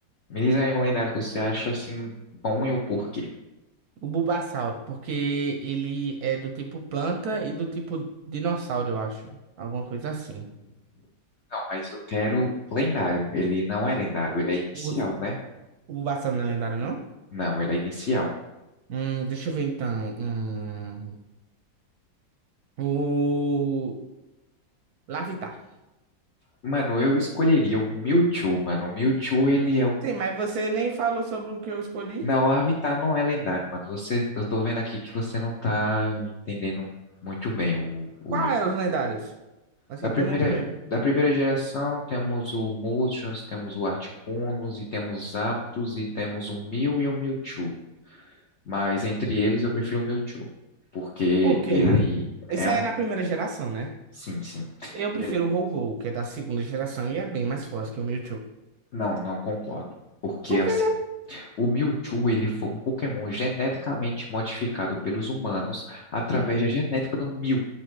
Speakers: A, on the left; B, on the right.
A: Me diz aí um lendário que você acha assim bom e o porquê.
B: O Bulbasauro, porque ele é do tipo planta e do tipo dinossauro, eu acho. Alguma coisa assim.
A: Não, mas eu quero lendário. Ele não é lendário, ele é inicial,
B: O Bus-
A: né?
B: o Bulbasauro não é lendário, não?
A: Não, ele é inicial.
B: Hum, deixa eu ver então. Hum, o Larvitar.
A: Mano, eu escolheria o Mewtwo, mano. O Mewtwo, ele é o.
B: Sim, mas você nem falou sobre o que eu escolhi.
A: Não, o Avatar não é lendário, mano. Você, eu tô vendo aqui que você não tá entendendo muito bem. O, o...
B: qual é os lendários? Achei
A: Da primeira,
B: que eu não lembro.
A: da primeira geração, temos o Moltres, temos o Articunos, e temos Zapdos, e temos o Mew e o Mewtwo. Mas entre eles, eu prefiro o Mewtwo, porque
B: Por quê,
A: ele
B: mano?
A: é
B: Isso
A: um.
B: aí é na primeira geração, né?
A: Sim, sim.
B: Eu prefiro
A: Ele...
B: o Ho-Ho, que é da segunda geração e é bem mais forte que o Mewtwo.
A: Não, não concordo. Porque,
B: Por
A: assim,
B: que não?
A: O Mewtwo, ele foi um Pokémon geneticamente modificado pelos humanos através da genética do Mew.